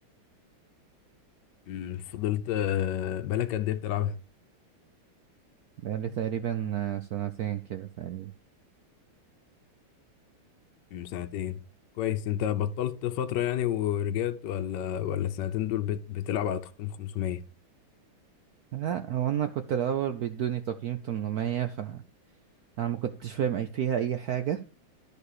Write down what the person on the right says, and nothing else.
بقالي تقريبا آه، سنتين كده تقريبا
لا هو أنا كنت الأول بيدوني تقييم 800 فأنا ما كنتش فاهم أي فيها أي حاجة